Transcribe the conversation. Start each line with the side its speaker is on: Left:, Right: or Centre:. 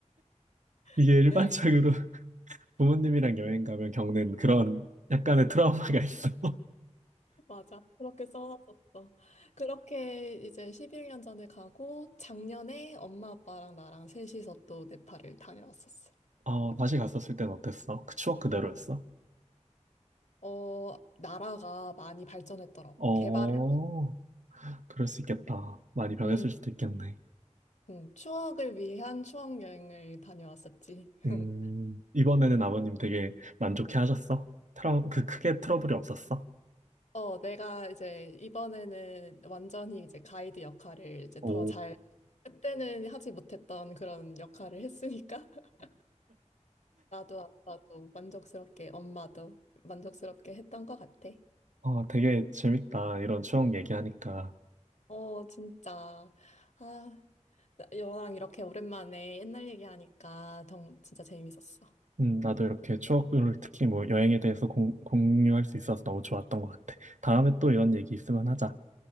Left: <laughs>
Right: 이게 일반적으로
Left: 내가
Right: <laughs> 부모님이랑 여행 가면 겪는 그런 약간의 트라우마가 있어. <laughs>
Left: 맞아. 그렇게 써놨었어. 그렇게 이제 11년 전에 가고 작년에 엄마 아빠랑 나랑 셋이서 또 네팔을 다녀왔었어.
Right: 어, 다시 갔었을 땐 어땠어? 그 추억 그대로였어?
Left: 어, 나라가 많이 발전했더라고.
Right: 어.
Left: 개발을.
Right: 그럴 수 있겠다. 많이 변했을
Left: 음,
Right: 수도 있겠네.
Left: 음, 추억을 위한 추억 여행을 다녀왔었지. <laughs>
Right: 음, 이번에는 아버님 되게 만족해 하셨어? 트러, 그 크게 트러블이 없었어?
Left: 어, 내가 이제 이번에는 완전히 이제 가이드 역할을 이제
Right: 오,
Left: 더 잘, 그때는 하지 못했던 그런 역할을 했으니까 <laughs> 나도 아빠도 만족스럽게 엄마도 만족스럽게 했던 것 같아.
Right: 아, 되게 재밌다. 이런 추억 얘기하니까.
Left: 어, 진짜. 아, 너랑 이렇게 오랜만에 옛날 얘기하니까 정, 진짜 재밌었어.
Right: 음, 나도 이렇게 추억을 특히 뭐 여행에 대해서 공, 공유할 수 있어서 너무 좋았던 것 같아. 다음에 또 이런 얘기 있으면 하자.